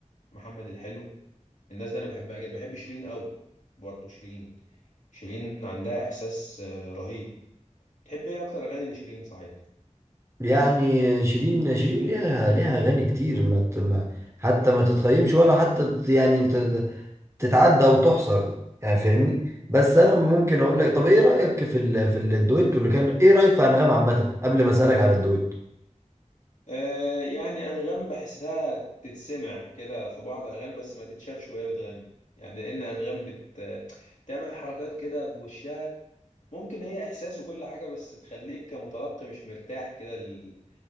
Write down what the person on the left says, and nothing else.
محمد الحلو الناس دي انا بحبها جدا بحب شيرين قوي برضه شيرين شيرين عندها احساس آه، رهيب تحب ايه اكتر اغاني لشيرين صحيح
آه يعني انغام بحسها تتسمع كده في بعض اغاني بس ما تتشافش وهي بتغني يعني لان انغام بت تعمل حركات كده بوشها ممكن هي احساس وكل حاجه بس تخليك كمتلقي مش مرتاح كده لل...